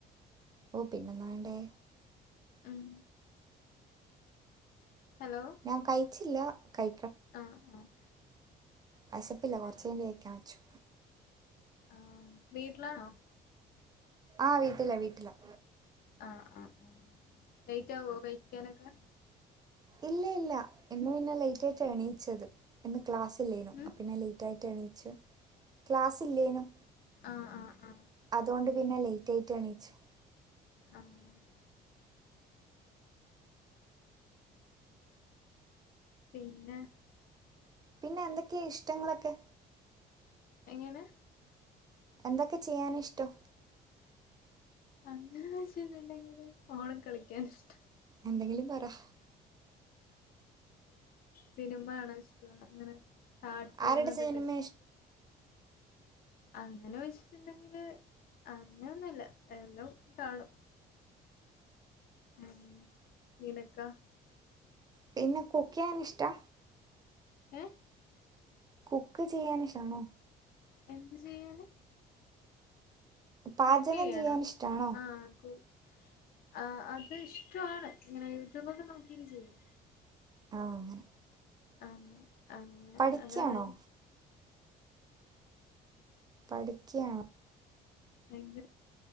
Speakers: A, on the right; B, on the left.
A: ഓ പിന്നെന്നാ വേണ്ടേ?
B: ഉം- ഹലോ
A: ഞാൻ കൈ- ജില്ലാ കൈ
B: ആഹ് ആഹ് -
A: വെശപ്പില്ല കൊറച്ച് കയിഞ്ഞ് കയിക്കാൻ വെച്ചു-
B: ആഹ് വീട്ടിലാണോ?
A: ആഹ് വീട്ടലാ വീട്ടിലാ-
B: ആഹ് ആഹ് ആഹ് ലെയിറ്റാവ്വോ കയിക്കാനൊക്കെ?
A: ഇല്ലില്ല ഇന്ന് പിന്നെ ലേറ്റ് ആയിട്ട് എണീയിച്ചത്- ക്ലാസ്സില്ലേനു
B: ഉം
A: അപ്പംന്നെ ലേറ്റ ആയിട്ട എണീച്ചേ- ക്ലാസില്ലേനു-
B: ആ ആ ആ
A: അതുകൊണ്ട്- പിന്നലേറ്റായെണിച്ചു-
B: ആഹ് - പിന്നെ-
A: പിന്നെ എന്തൊക്കെയ ഇഷ്ടങ്ങളൊക്കെ-
B: എങ്ങനെ-
A: എന്തൊക്കെ ചെയ്യാനാ ഇഷ്ടം-
B: അങ്ങനെ വെച്ചിണ്ടെങ്കില് ഓളി കളിക്കൻ ഇഷ്ടം-
A: എന്തെങ്കിലും പറ-
B: സിനിമാണോ ഇഷ്ടം അങ്ങനെ കാർട്ടുൺ
A: ആരുടെ
B: ഇതൊക്കെ
A: സിനിമ
B: ഇഷ്ടം അങ്ങനെ വെച്ചിട്ടുണ്ടെങ്കില് അങ്ങനൊന്നുംല്ല എല്ലാം കാണും ആഹ് നിനക്കാ
A: പിന്നെ കുക്കെയ്യാൻ ഇഷ്ടാ
B: ഏഹ്
A: കുക്ക് ചെയ്യാൻ ഇഷാണോ
B: എന്ത് ചെയ്യാന്
A: പാചകം
B: കുക്ക് ചെയ്യാനോ
A: ചെയ്യാൻ ഇഷ്ടാണോ
B: ആഹ് കു ആഹ് അത് ഇഷ്ടമാണ് ഇങ്ങനെ യൂട്യൂബൊക്കെ നോക്കി ചെയ്യും
A: ആ അങ്ങനെ
B: ആഹ് അങ്ങനെ
A: പഠിക്കുകയാണോ
B: അങ്ങനെ വ
A: പഠിക്കയാണോ
B: ഭയങ്കര